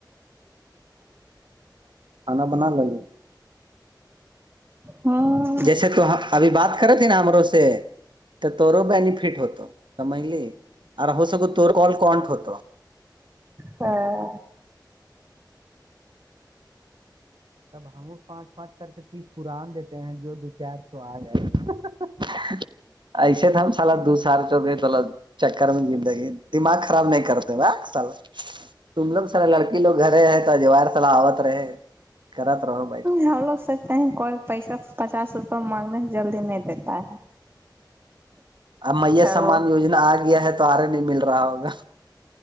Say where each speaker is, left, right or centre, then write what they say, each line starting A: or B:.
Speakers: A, on the right; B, on the right.
A: کھانا بن لگے
B: ہاں
A: جیسے تو ابھی بات کر ت ن ہمرو سے تو تور بیینفٹ ہوتا سمجلی ار ہو سکو تو کال کونٹ ہوتا
B: ہاں
A: تب ہمو پانچ پانچ کر کے تیس قران دیتے ہیں جو دو چار س ایسے تو ہم سال دو سال چو گ تو چکر میں زندگی دماغ خراب نہیں کرتے وا سل تمدم سر لڑکی لوگ گھرے ہیں تو جوور صلاح آوت رہے گھرات ر رہوا بھائی
B: ہم لوگ سوچتے ہیں کوئی پیسہ پچاس روپئے مانگنے سے جلدی نہیں دیتا ہے
A: ا میا
B: تو
A: سامان یوجنا آ گیا ہے تو آرے نہیں مل رہا ہوگا